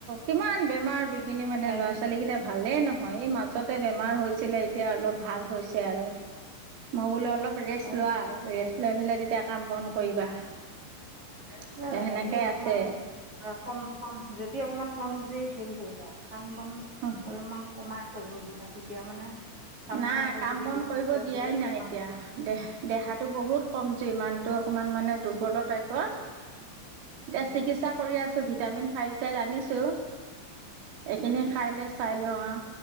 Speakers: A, on the right (about 85°); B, on the right (about 35°).
A: কিমান বেমাৰ বি বিঘিনি মানে
B: হয়
A: ল'ৰা
B: নেকি
A: ছোৱালীকেইটা ভালেই নহয় হয় এই মাজতে বেমাৰ হৈছিলে এতিয়া অলপ ভাল হৈছে আৰু মই বোলো অলপ ৰে লোৱা
B: হয় নেকি
A: আৰু ৰেষ্ট লৈ পেলাই। তেতিয়া কাম বন কৰিবা।
B: অ ৰেচ
A: এতিয়া
B: লওক
A: সেনেকৈ
B: যদি অকমান
A: আছে
B: কম কম যদি অকমান কম। জুই সেই কৰিবা কাম বন
A: অঁ
B: অলপমান কমা। কৰিব দিবা তেতিয়া মানে কাম
A: নাই
B: বন আকৌ
A: কাম
B: যদি
A: বন
B: বেছি
A: কৰিব
B: কৰে
A: দিয়াই
B: বেলেগ
A: নাই
B: বেমাৰ
A: এতিয়া দেহ দেহাতো বহুত কমজুৰি মানুহতো অকনমান মানে দুৰ্বলৰ টাইপ। পৰ দে
B: হয়
A: চিকিৎসা
B: নেকি
A: কৰি আছোঁ। ভিটামিন ফাইল চেল আনিছোঁ। এইখিনি খাই লৈ চাই লওঁ আহ